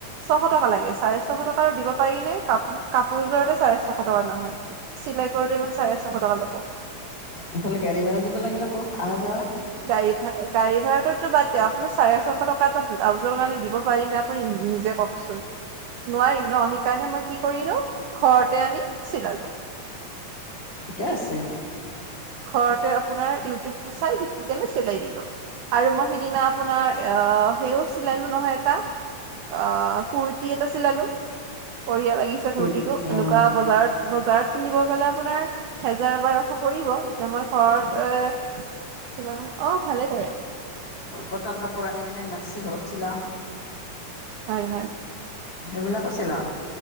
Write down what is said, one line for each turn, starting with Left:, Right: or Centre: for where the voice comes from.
Right: ছশ টকা লাগে চাৰে। ছশ টকা আৰু দিব পাৰি নে, কা কাপোৰযোৰতে চাৰে ছশ। ছশ টকা, নহয় চিলাই কৰোতে ইমান চাৰে ছশ টকা ল'ব।
Left: এইফালে গাড়ী ভাড়া দিব লাগিল আকৌ অহা যোৱা।
Right: গাড়ী ভাড়া গাড়ী ভাড়াটোতো বাদ দিয়ক, আপোনাৰ চাৰে ছয়শ টকা এটা ব্লাউজৰ কাৰণে দিব পাৰি নে আপুনি নিজে কওকচোন, নোৱাৰি ন সেইকাৰণে মই কি কৰিলো ঘৰতে আনি চিলালো।
Left: ঠিকে আছে
Right: ঘৰতে আপোনাৰ ইউটিউব টো চাই শিকি কিনে চিলাই দিলো, আৰু মই সিদিনা আপোনাৰ অ সেই চিলালো নহয় এটা, অ কুৰ্তি এটা চিলালো। বঢ়িয়া লাগিছে
Left: গুড
Right: কুৰ্তিটো
Left: অ',
Right: এনেকুৱা বজাৰত, বজাৰত কিনিব গ'লে আপোনাৰ হেজাৰ বাৰশ পৰিব। এতিয়া মই ঘৰত অ চিলালো অ ভালে কৰে।
Left: কটন কাপোৰ আনি কিনে মেক্সি ঘৰত চিলাওঁ।
Right: হয় হয়।
Left: সেইবিলাকো চিলাও।